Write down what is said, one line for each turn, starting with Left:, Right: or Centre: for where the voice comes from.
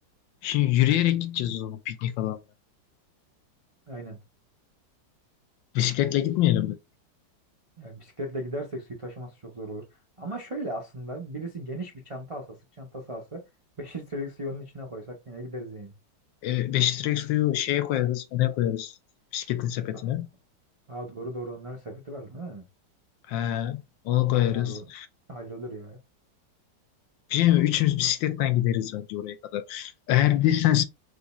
Left: Şimdi yürüyerek gideceğiz o zaman piknik alanına.
Right: Aynen.
Left: Bisikletle gitmeyelim mi?
Right: Yani bisikletle gidersek suyu taşıması çok zor olur. Ama şöyle aslında birisi geniş bir çanta alsa, sırt çantası alsa <laughs> 5 litrelik suyu onun içine koysak yine gideriz yani.
Left: E, 5 litre suyu şeye koyarız, öne koyarız. Bisikletin sepetine.
Right: Aa, aa, doğru doğru onların sepeti var değil mi?
Left: He, onu koyarız.
Right: Aa, o hallolur ya.
Left: Bir şey mi? Üçümüz bisikletten gideriz bence oraya kadar. Eğer bir de sen